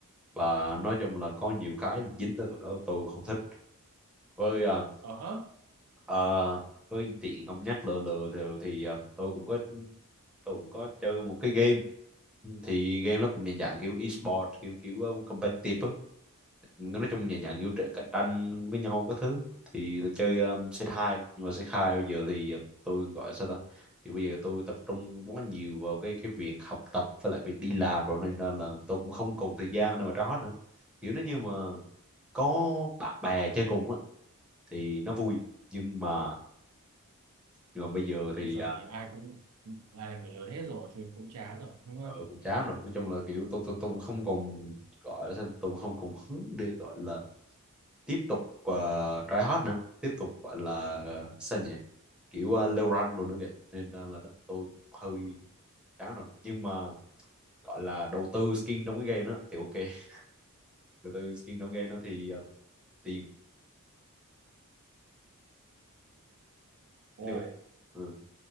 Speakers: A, in the centre; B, on the right.
A: và nói chung là có nhiều cái dính tới tụi đó tôi không thích với ờ,
B: ờ hớ
A: ờ, với tiện ông nhắc lừa lừa thì, thì ờ, tôi cũng có tôi cũng có chơi một cái game thì game nó cũng dạng dạng kiểu e-sport kiểu kiểu ờ, competitive á nói chung nhà dạng kiểu trẻ- cạnh tranh với nhau các thứ thì tôi chơi um, C2 nhưng mà c hai bây giờ thì um, tôi gọi sao ta thì bây giờ tôi tập trung quá nhiều vào cái cái việc học tập với lại việc đi làm rồi nên ra là tôi cũng không còn thời gian đâu mà đó nữa kiểu nó như mà có bạn bè chơi cùng á thì nó vui nhưng mà nhưng mà bây giờ
B: bây
A: thì
B: giờ
A: à,
B: thì ai cũng ai là người lớn hết rồi chuyện cũng chán rồi đúng
A: ờ,
B: không
A: cũng chán rồi nói chung là kiểu tôi tôi tôi cũng không còn gọi là sao tôi cũng không còn hứng để gọi là tiếp tục uh, try hard nữa tiếp tục gọi là sao nhỉ kiểu uh, leo rank luôn nữa kìa nên uh, là nó- tôi hơi chán rồi nhưng mà gọi là đầu tư skin trong cái game đó thì ok <laughs> đầu tư skin trong game đó thì uh, tiền
B: ồ
A: anyway ừ.